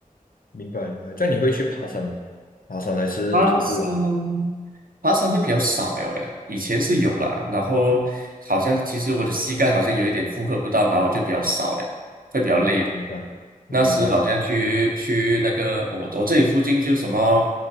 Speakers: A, on the left; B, on the right.
A: 明白明白。这样你会去爬山吗？爬山还是徒步啊？
B: 爬山，爬山会比较少了诶，以前是有啦，然后好像其实我的膝盖好像有一点负荷不到，然后我就比较少了，会比较累一点。
A: 啊，明白明白明白。
B: 那时好像去去那个我我这里附近就什么